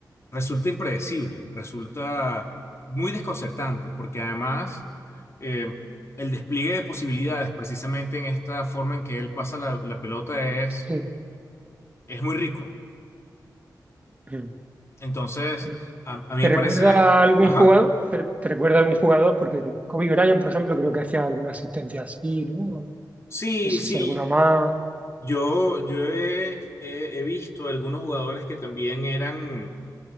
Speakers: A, on the left (about 40°); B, on the right (about 20°).
A: resulta impredecible, resulta muy desconcertante, porque además eh, el despliegue de posibilidades, precisamente en esta forma en que él pasa la, la pelota, es,
B: Sí.
A: es muy rico.
B: Mm.
A: Entonces,
B: Bueno,
A: a, a mí
B: ¿te
A: me
B: recuerda
A: parece,
B: a algún
A: ajá,
B: jugador? ¿Te, te recuerda a algún jugador? Porque Kobe Bryant, por ejemplo, creo que hacía alguna asistencia así, ¿no?
A: sí,
B: No sé
A: sí,
B: si alguna más.
A: yo, yo he, he he visto algunos jugadores que también eran...